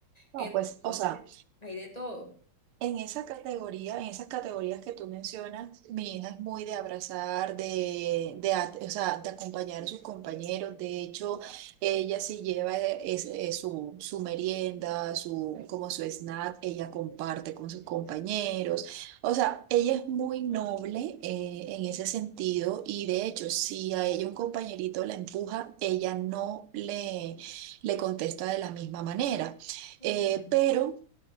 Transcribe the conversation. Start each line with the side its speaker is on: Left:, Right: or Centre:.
Right: No,
Left: Entonces,
Right: pues, o sea.
Left: hay de todo.
Right: En esa categoría, en esas categorías que tú mencionas, mi hija es muy de abrazar, de, de, a- o sea, de acompañar a sus compañeros. De hecho, ella sí lleva eh, es- eh, su, su merienda, su, como su snack, ella comparte con sus compañeros. O sea, ella es muy noble eh, en ese sentido y de hecho, si a ella un compañerito la empuja, ella no le, le contesta de la misma manera.
Left: Ujú.
Right: Eh, pero...